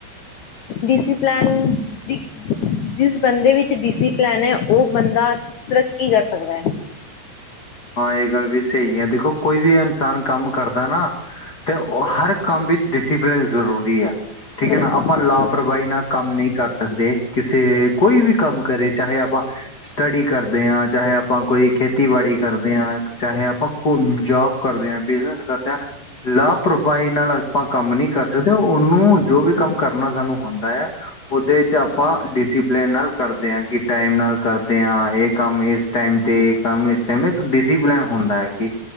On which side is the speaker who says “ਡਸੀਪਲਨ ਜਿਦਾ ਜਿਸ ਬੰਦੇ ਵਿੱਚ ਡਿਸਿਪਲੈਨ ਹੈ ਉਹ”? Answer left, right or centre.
Left